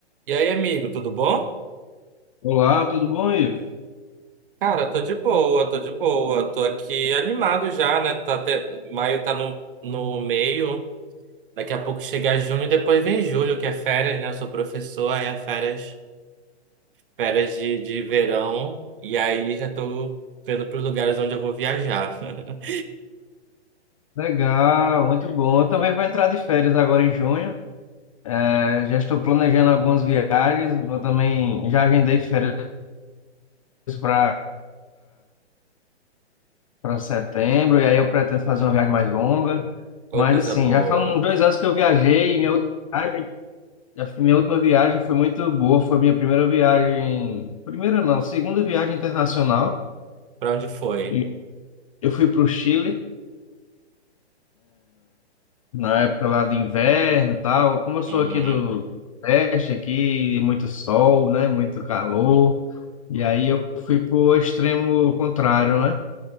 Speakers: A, on the right (about 50°); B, on the left (about 30°).
A: E aí, amigo, tudo bom?
B: Olá, tudo bom, Ivo?
A: Cara, tô de boa, tô de boa. Tô aqui animado já, né? Tá até- Maio tá no, no meio. Daqui a pouco chega junho e depois vem julho, que é férias, né? Eu sou professor, aí é férias, férias de, de verão. E aí já tô vendo pros lugares onde eu vou viajar. <laughs>
B: Legal, muito bom. Eu também vou entrar de férias agora em junho. É, já estou planejando algumas viagens. Vou também já agendei férias para para setembro e aí eu pretendo fazer uma viagem mais longa.
A: Ô,
B: Mas
A: coisa
B: assim,
A: boa.
B: já faz uns dois anos que eu viajei. e Minha última viagem, a minha última viagem foi muito boa. Foi minha primeira viagem, primeira não, segunda viagem internacional.
A: Pra onde foi?
B: E Eu fui para o Chile. Na época lá de inverno e tal. Como eu sou
A: Uhum.
B: aqui do Nordeste, aqui, muito sol, né? Muito calor. E aí eu fui pro extremo contrário, né?